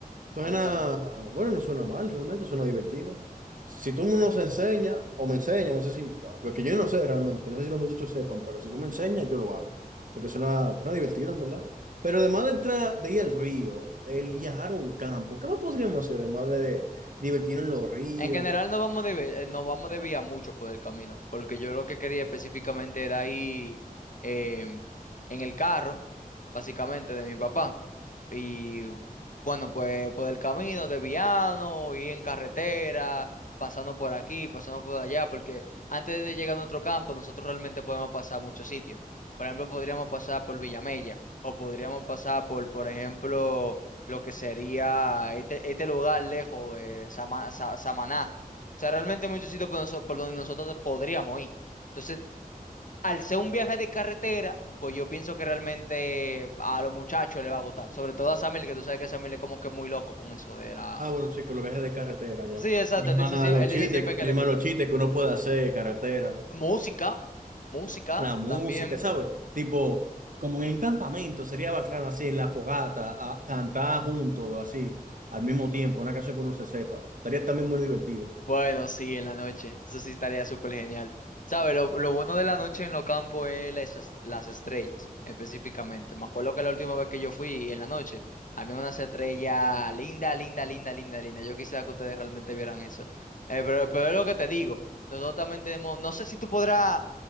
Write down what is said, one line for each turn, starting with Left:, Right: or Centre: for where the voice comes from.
Right: Suena,
Left: honestamente.
Right: bueno, no suena mal, realmente suena divertido. Si tú nos enseñas o me enseñas, no sé si, porque yo no sé realmente, no sé si los muchachos sepan, pero si tú me enseñas, yo lo hago, porque suena, suena divertido, en verdad. Pero además de, tra- de ir al río, el viajar a un campo, ¿qué más podríamos hacer además de divertirnos en los ríos?
Left: En general no vamos de, ve- eh, no vamos de vía mucho por el camino, porque yo lo que quería específicamente era ir em, en el carro, básicamente, de mi papá. Y bueno, pues por el camino, desviarnos, ir en carretera, pasando por aquí, pasando por allá, porque antes de llegar a nuestro campo, nosotros realmente podemos pasar a muchos sitios. Por ejemplo, podríamos pasar por Villamella, o podríamos pasar por, por ejemplo, lo que sería este, este lugar lejos, eh, Sama- Sa- Samaná. O sea, realmente hay muchos sitios por, donde por donde nosotros podríamos ir. Entonces, al ser un viaje de carretera, pues yo pienso que realmente a los muchachos les va a gustar. Sobre todo a Samuel, que tú sabes que Samuel es como que muy loco con eso de la...
Right: Ah, bueno, chicos, los viajes de carretera ya.
Left: Sí, exacto,
Right: Y más
Left: él dice, siem-
Right: los
Left: él
Right: chistes,
Left: dice siempre que
Right: y
Left: le
Right: más
Left: gustan.
Right: los chistes que uno puede hacer de carretera.
Left: Música, música
Right: la música,
Left: también.
Right: ¿sabes? Tipo, como en campamento, sería bacano así, en la fogata, a- cantar juntos, así, al mismo tiempo, una canción que uno se sepa. Estaría también muy divertido.
Left: Bueno, sí, en la noche. Eso sí estaría súper genial. ¿Sabes? Lo, lo bueno de la noche en los campos es las, est- las estrellas, específicamente. Me acuerdo que la última vez que yo fui en la noche, había unas estrellas linda, linda, linda, linda, linda. Yo quisiera que ustedes realmente vieran eso. Eh, pero, pero es lo que te digo. Nosotros también tenemos, no sé si tú podrás,